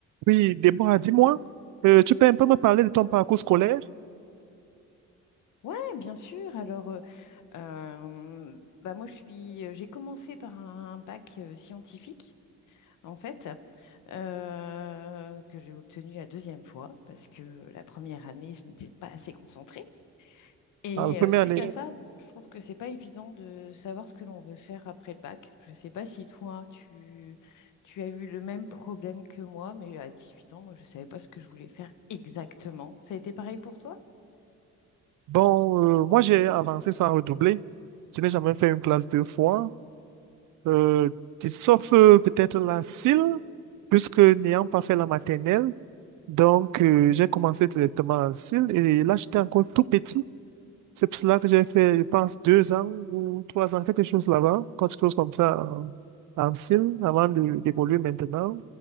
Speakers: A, on the right (about 80°); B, on the left (about 80°).
A: Oui, Déborah, dis-moi, euh, tu peux un peu me parler de ton parcours scolaire?
B: Ouais, bien sûr. Alors, euh, euh, bah moi, je suis, euh, j'ai commencé par un bac euh, scientifique, en fait, euh, que j'ai obtenu la deuxième fois parce que la première année, je n'étais pas assez concentrée. Et
A: En la première
B: euh, suite
A: année,
B: à ça, je trouve que c'est pas évident de savoir ce que l'on veut faire après le bac. Je sais pas si toi, tu, tu as eu le même problème que moi, mais à 18 ans, moi, je savais pas ce que je voulais faire exactement. Ça a été pareil pour toi?
A: bon, euh, moi j'ai avancé sans redoubler. Je n'ai jamais fait une classe deux fois. Euh, t- sauf euh, peut-être la cile, puisque n'ayant pas fait la maternelle, donc euh, j'ai commencé directement en cile et là j'étais encore tout petit. C'est pour cela que j'ai fait, je pense, deux ans ou trois ans, quelque chose là-bas, quelque chose comme ça en, en cile, avant de- d'évoluer maintenant